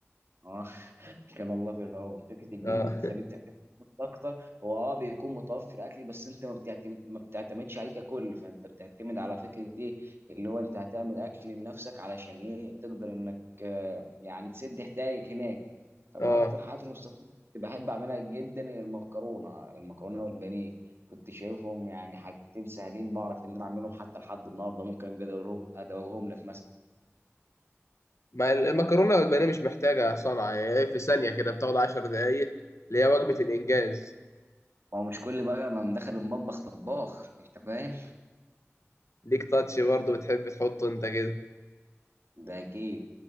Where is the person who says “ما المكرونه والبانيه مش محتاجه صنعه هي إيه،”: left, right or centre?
Left